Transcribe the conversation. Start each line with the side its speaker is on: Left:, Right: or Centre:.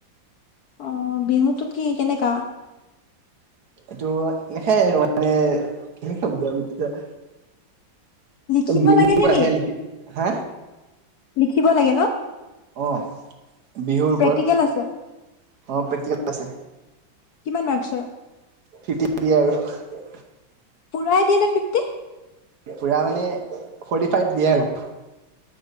Left: অ' বিহুতো কি কেনেকা?
Right: এইটো লেখাই আৰু মানে কেনেকে বুজাম আৰু এতিয়া।
Left: লিখিব
Right: বিহু
Left: লাগে নেকি?
Right: আহে লিখি হা
Left: লিখিব লাগে ন?
Right: অ' বিহুৰ ওপৰত
Left: প্ৰেক্টিকেল
Right: অ'
Left: আছে।
Right: প্ৰেক্টিকেল। আছে
Left: কিমান মাৰ্কছৰ?
Right: ফিটি দিয়ে আৰু।
Left: পূৰাই দিয়ে নে ফিফটি?
Right: পুৰা মানে ফৰ্টি ফাইভ দিয়ে আৰু।